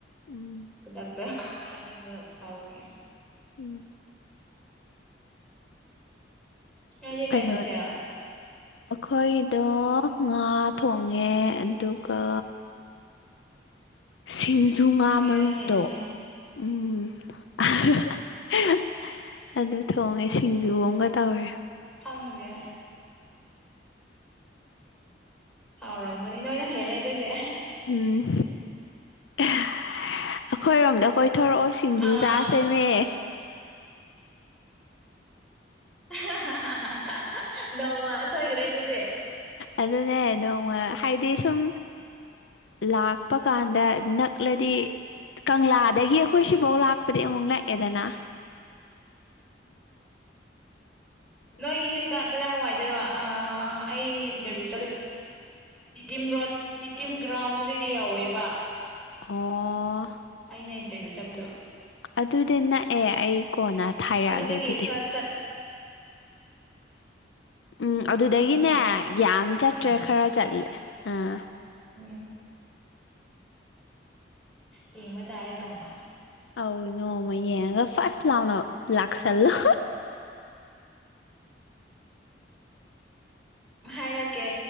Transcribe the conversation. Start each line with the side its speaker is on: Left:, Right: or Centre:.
Left: ꯎꯝ
Centre: ꯈꯨꯗꯛ ꯑ ꯆꯥꯅꯤꯡꯕ ꯐꯥꯎꯕꯒꯦ
Left: ꯎꯝ
Centre: ꯅꯪꯗꯤ ꯀꯩ
Left: ꯀꯩꯅꯣ
Centre: ꯃꯊꯦꯜ
Left: ꯑꯩꯈꯣꯏꯗꯣ ꯉꯥ ꯊꯣꯡꯉꯦ ꯑꯗꯨꯒ ꯁꯤꯡꯖꯨ ꯉꯥ
Centre: ꯅꯣꯏꯅ
Left: ꯃꯔꯨꯝꯗꯣ
Centre: ꯍꯦꯜꯂꯤꯅꯦ
Left: ꯎꯝ ꯑꯍꯍꯍ ꯑꯗꯨ ꯊꯣꯡꯉꯦ ꯁꯤꯡꯖꯨ ꯑꯝꯒ ꯇꯧꯔꯦ
Centre: ꯈꯪꯗꯦ ꯍꯥꯎꯔꯝꯒꯅꯤ ꯅꯣꯏꯅ ꯍꯦꯜꯂꯦ ꯑꯗꯣꯏꯗꯦ
Left: ꯎꯝ ꯑ ꯑꯩꯈꯣꯏꯔꯣꯝꯗ ꯑꯩꯈꯣꯏ ꯊꯣꯔꯛꯑꯣ ꯁꯤꯡꯖꯨ
Centre: ꯑꯥ
Left: ꯆꯥꯁꯦꯃꯦ
Centre: ꯑꯍꯍꯍꯍꯍ ꯅꯣꯡꯃ ꯁꯣꯏꯗ꯭ꯔꯦ ꯑꯗꯨꯗꯤ
Left: ꯑꯗꯨꯅꯦ ꯅꯣꯡꯃ ꯍꯥꯏꯗꯤ ꯁꯨꯝ ꯂꯥꯛꯄ ꯀꯥꯟꯗ ꯅꯛꯂꯗꯤ ꯀꯪꯂꯥꯗꯒꯤ ꯑꯩꯈꯣꯏ ꯁꯤꯐꯧ ꯂꯥꯛꯄꯗꯤ ꯑꯃꯨꯛ ꯅꯛꯑꯦꯗꯅ ꯑꯟꯑꯣꯗꯤꯕꯜ
Centre: ꯅꯣꯏꯒꯤꯁꯦ ꯀ ꯀꯗꯥꯏ ꯋꯥꯏꯗꯔꯣ ꯑ ꯑꯩ ꯏꯟꯇꯔꯚꯤꯌꯨ ꯆꯠꯂ ꯇꯤꯗꯤꯝ ꯔꯣꯗ ꯇꯤꯗꯤꯝ ꯒ꯭ꯔꯥꯎꯟꯗꯨꯗꯩꯗꯤ ꯌꯥꯎꯋꯦꯕ
Left: ꯑꯣ
Centre: ꯑꯩꯅ ꯏ ꯇꯃꯤ ꯆꯕꯗꯨ
Left: ꯑꯗꯨꯗꯤ ꯅꯛꯑꯦ ꯑꯩ ꯀꯣꯟꯅ ꯊꯥꯏꯔꯛꯑꯒꯦ
Centre: ꯑꯗꯨꯗꯒꯤ
Left: ꯑꯗꯨꯗꯤ
Centre: ꯈꯔ ꯆꯠ
Left: ꯎꯝ ꯑꯗꯨꯗꯒꯤꯅꯦ
Centre: ꯑꯣ
Left: ꯌꯥꯝ ꯆꯠꯇ꯭ꯔꯦ
Centre: ꯌꯦꯡꯁꯦ
Left: ꯈꯔ
Centre: ꯍꯣꯏ
Left: ꯆꯠꯂꯦ ꯑꯥ
Centre: ꯅꯣꯡꯃ <unintelligible> ꯍꯃꯗ ꯑ ꯂ ꯃꯒ
Left: ꯑꯧ ꯅꯣꯡꯃ ꯌꯦꯡꯉꯒ ꯐꯥꯔꯁ ꯂꯥꯎꯅ ꯂꯥꯛꯁꯜꯂꯣ
Centre: ꯍꯥꯏꯔꯛꯀꯦ